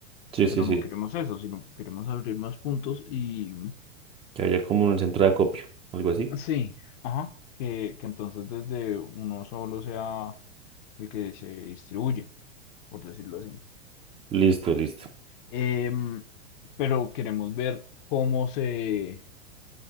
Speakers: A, on the right (about 15°); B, on the left (about 45°).
A: Sí,
B: Pero
A: sí, sí.
B: no queremos eso, sino queremos abrir más puntos y...
A: Que haya como un centro de acopio, algo así.
B: Sí, ajá, que, que entonces desde uno solo sea el que se distribuye, por decirlo así.
A: Listo, listo.
B: Em, pero queremos ver cómo se,